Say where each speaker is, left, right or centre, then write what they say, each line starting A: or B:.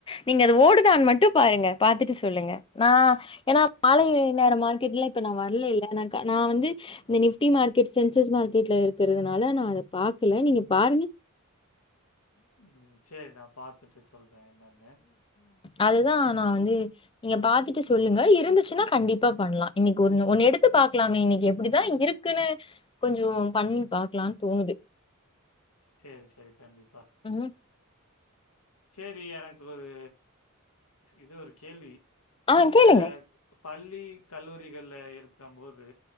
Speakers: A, on the left; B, on the left.
A: நீங்க அது ஓடுதான்னு மட்டு பாருங்க பாத்துட்டு சொல்லுங்க நா ஏன்னா மாலை நேரமா கிட்ல இப்ப நா வரலல்ல நா கா நா வந்து இந்த நிஃப்டி மார்கெட் சென்செக்ஸ் மார்கெட்ல இருக்கிறதுனால நா அத பாக்கல நீ பாரு நீ
B: உம் சேரி நா பாத்துட்டு சொல் வேண்டனானே
A: அதுதான் நான் வந்து நீங்க பாத்துட்டு சொல்லுங்க இருந்துச்சுன்னா கண்டிப்பா பண்ணலாம் இன்னைக்கு ஒு ஒன்னு எடுத்து பாக்கலாமே இன்னைக்கு எப்படிதான் இருக்குன்னு கொஞ்சம் பண்ண பாக்கலாம்னு தோணுது
B: சரி சரி கண்டிப்பா
A: ம்
B: சரி எனக்கு ஒரு இது ஒரு கேள்வி
A: ஆ
B: நீங்க
A: கேளுங்க
B: பள்ளி கல்லூரிகளில் இருக்க போோது